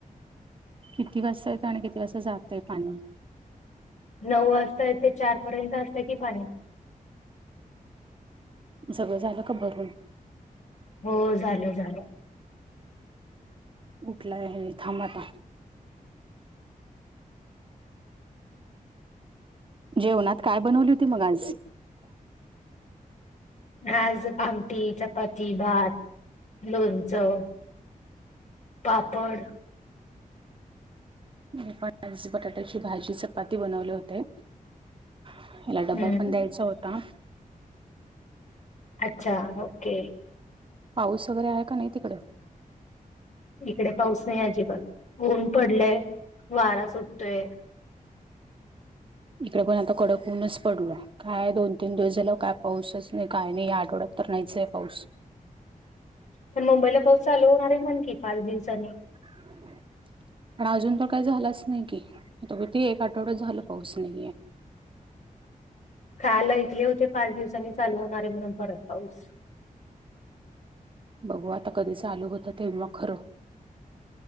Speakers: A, on the right; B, on the left.
A: किती वाजता येतो आणि किती वाजता जातय पाणी
B: नऊ वाजताय ते चार पर्यंत असत की पाणी
A: जगळं झालं का भरून
B: हो झाले झाले.
A: उठलाय हे र थांबाता. जेवणात काय बनवली होती मग आज
B: आज आमटी चपाती भात लोणचं. पापड
A: मी पणजी बटाट्याची भाजी चपाती बनवले होते. त्याला डबा
B: हम्म
A: पण द्यायचा होता.
B: अच्छा ओके.
A: पाऊस वगैरे आहे का नाही तिकडे
B: इकडे पाऊस नाही अजिबात ऊन पडलय वारा सुटतोय.
A: इकडे पण आता कडकवूनच पडल. काय दोन तीन दिवस झाला काय पाऊसच नाही काय नाही आठवड्यात तर नाहीच आहे पाऊस
B: पण मुंबईला पाऊस चालू होणार आहे म्हण की पाच दिवसांनी
A: <unintelligible> पण अजून पण काही झालाच नाही की कती एक आठवडा झालं पाहच नाही.
B: काल ऐकले होते पाच दिवसांनी चालू होणारे म्हणून परत पाऊस
A: बघू आता कधी चालू होतं तेव्हा खरं.